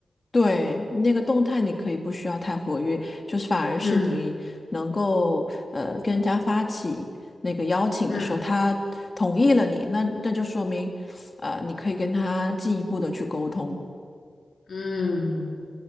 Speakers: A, on the left; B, on the left.
A: 对，那个动态你可以不需要太活跃，就是反而是你能够呃跟人家发起那个邀请的时候，
B: 嗯嗯。
A: 他同意了你，那那就说明呃你可以跟他进一步的去沟通。
B: 嗯，